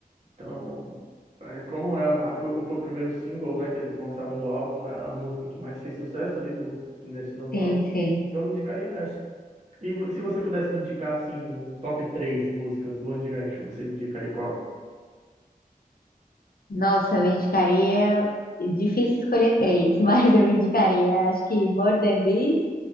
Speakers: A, on the right; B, on the left.
A: Então, é, como é, a- o- foi o primeiro single, né, que eles lançaram do álbum, é a música que mais fez sucesso ali do, do- nesse novo
B: Sim,
A: álbum.
B: sim.
A: Então, eu indicaria essa. E vo- se você pudesse me indicar, assim, um top três músicas do One Direction, você indicaria qual?
B: Nossa, eu indicaria. Difícil escolher três, <laughs> mas eu indicaria, acho que More Than This,